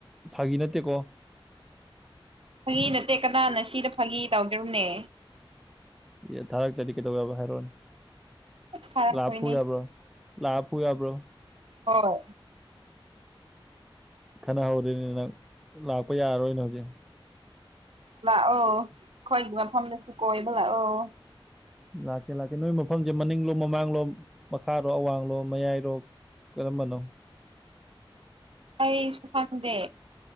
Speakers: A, in the centre; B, on the right (about 80°).
A: ꯐꯥꯒꯤ ꯅꯠꯇꯦꯀꯣ
B: ꯐꯥꯒꯤ ꯅꯠꯇꯦ ꯀꯅꯥꯅ ꯁꯤꯗ ꯐꯥꯒꯤ ꯇꯧꯗ꯭ꯔꯣꯕꯅꯦ
A: ꯑꯦ ꯊꯥꯔꯛꯇꯗꯤ ꯀꯩꯗꯧ ꯌꯥꯕ ꯍꯥꯏꯔꯛꯑꯣꯅꯦ
B: ꯊꯥꯔꯛꯇꯣꯏꯅꯦ
A: ꯂꯥꯛꯑꯥ ꯐꯨ ꯌꯥꯕꯔꯣ ꯂꯥꯛꯑ ꯐꯨ ꯌꯕꯔꯣ
B: ꯍꯣꯏ
A: ꯈꯠꯅꯍꯧꯔꯦꯅꯦ ꯅꯪ ꯂꯥꯛꯄ ꯌꯥꯔꯔꯣꯏꯅꯦ ꯍꯧꯖꯤꯛ
B: ꯂꯥꯛꯑꯣ ꯑꯩꯈꯣꯏꯒꯤ ꯃꯐꯝꯗꯁꯨ ꯀꯣꯏꯕ ꯂꯥꯛꯑꯣ
A: ꯂꯥꯛꯀꯦ ꯂꯥꯛꯀꯦ ꯅꯣꯏ ꯃꯐꯝꯁꯦ ꯃꯅꯤꯡꯂꯣ ꯃꯃꯥꯡꯂꯣ ꯃꯈꯥꯔꯣ ꯑꯋꯥꯡꯡꯂꯣ ꯃꯌꯥꯏꯔꯣ ꯀꯔꯝꯕꯅꯣ
B: ꯑꯩꯁꯨ ꯈꯪꯗꯦ